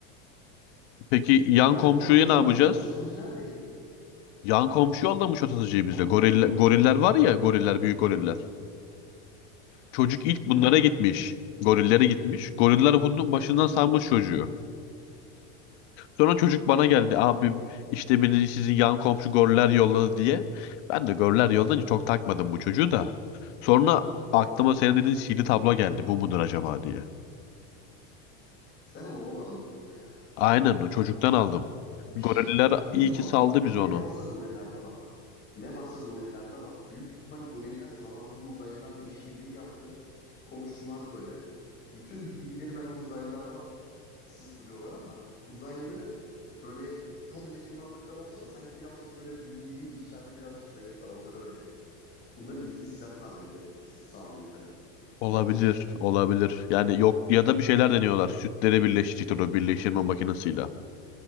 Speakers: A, on the left; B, on the left.
A: Peki yan
B: Demek
A: komşuyu
B: o tabloyu
A: ne yapacağız?
B: buldu ne? O satıcı neredeydi?
A: Yan komşu yollamış atıcıyı bize.
B: Hangi
A: Goriller,
B: yan konuşuyor?
A: goriller var ya goriller büyük goriller. Çocuk ilk
B: Ha.
A: bunlara gitmiş. Gorillere gitmiş. Goriller bunun başından
B: Hı
A: salmış
B: hı.
A: çocuğu. Sonra çocuk bana geldi.
B: Tamam.
A: Abi işte beni sizin yan komşu goller yolladı diye. Ben de goller yollayınca çok takmadım bu çocuğu da. Sonra aklıma
B: Hı hı.
A: senin dediğin sihirli tablo geldi. Bu mudur acaba diye.
B: Sen onu oradan buldun yani. ha.
A: Aynen o çocuktan aldım.
B: Bir
A: Goriller
B: şey diyeyim
A: iyi
B: mi
A: ki
B: ama
A: saldı
B: bak
A: biz
B: ne
A: onu.
B: varsa gorillerde var bak. Ne varsa gorillerde var. Büyük ihtimal goriller zamanında uzaylılarla işbirliği yaptı. Konuştular böyle. Bütün bilgileri bence uzaylılardan sızdırıyorlar ama uzaylıların böyle çok zeki varlıklar olsa da sanki birazcık böyle dünyevi işlerde birazcık zayıflar. Onları öğreniyorlar. Bunları gizli silah zannediyorlar. Süt sağmayı falan.
A: Olabilir,
B: Boş.
A: olabilir. Yani yok ya da bir şeyler deniyorlar. Sütleri birleştirecektir o birleştirme makinesiyle.